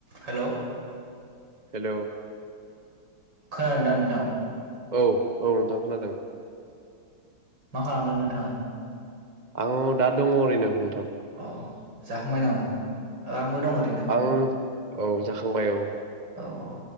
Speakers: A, on the right; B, on the right.
A: हेल'
B: हेल'
A: खोनादों दा नोंथां।
B: औ औ नोंथां खोनादों।
A: मा खालामदों नोंथाङा?
B: आङ दा दङ ओरैनो नोंथा
A: अ जाखांबाय नामा? अ आंबो दं ओरैनो।
B: आं औ जाखांबाय औ।
A: औ औ